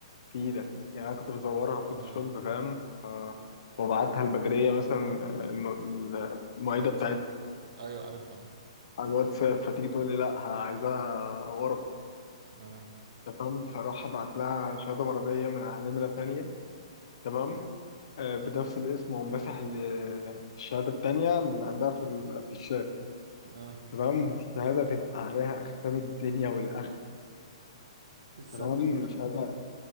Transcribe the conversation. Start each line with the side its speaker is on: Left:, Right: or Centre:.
Left: في ايدك يعني انا كنت بصورها فوتوشوب
Right: اه
Left: فاهم آه، وابعتها البدرية مثلا آه، الم- المعيدة
Right: عرفت
Left: بتاعتي
Right: لا. ايوه عارف عارف
Left: على الواتساب فتيجي تقول لي لا ه- عايزاها ورق
Right: اه
Left: تمام فراح ابعت لها شهادة مرضية من على نمرة تانية تمام آه، بنفس الاسم ومسح ال- الشهادة التانية من عندها في ال- في الشات
Right: اه
Left: تمام والشهادة تبقى عليها أختام الدنيا والآخرة
Right: بتصدق
Left: كمان
Right: في الاخر
Left: شهادة